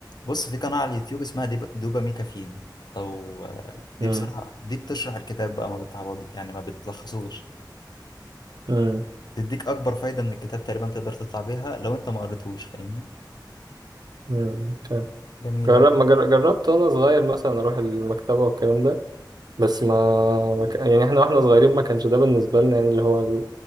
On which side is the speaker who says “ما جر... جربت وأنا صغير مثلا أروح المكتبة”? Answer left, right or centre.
Right